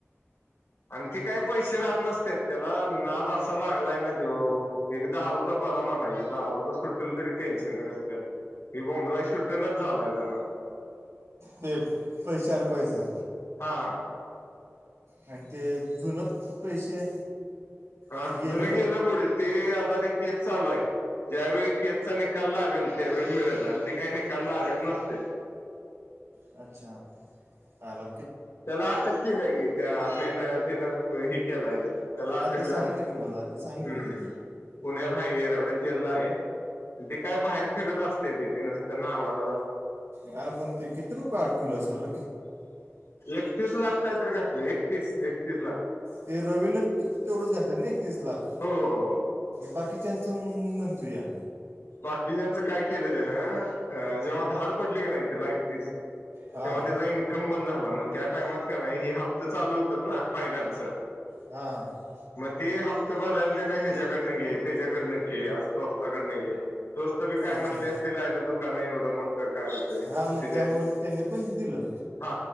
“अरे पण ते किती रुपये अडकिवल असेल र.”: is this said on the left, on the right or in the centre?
Right